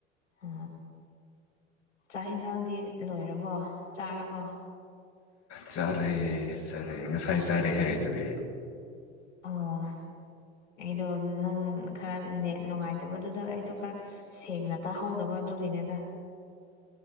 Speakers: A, on the left; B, on the left.
A: ꯑ ꯆꯥꯛ ꯌꯦꯟꯁꯥꯡꯗꯤ ꯂꯣꯏꯔꯕꯣ ꯆꯥꯔꯕꯣ
B: ꯆꯥꯔꯦ ꯆꯥꯔꯦ ꯉꯁꯥꯏ ꯆꯥꯔꯦ ꯍꯥꯏꯔꯛꯗꯨꯗꯤ
A: ꯑꯣ ꯑꯩꯗꯣ ꯅꯪ ꯈꯔ ꯅ ꯅꯨꯡꯉꯥꯏꯇꯕꯗꯨꯗ ꯑꯩꯗꯣ ꯈꯔ ꯁꯦꯡꯅ ꯇꯥꯍꯧꯗꯕ ꯑꯗꯨꯒꯤꯅꯤꯗ